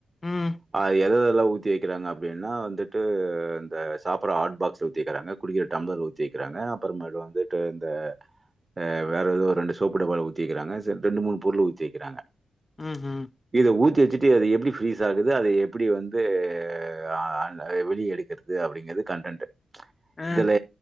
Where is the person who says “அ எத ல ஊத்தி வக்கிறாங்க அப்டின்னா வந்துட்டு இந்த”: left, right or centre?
Right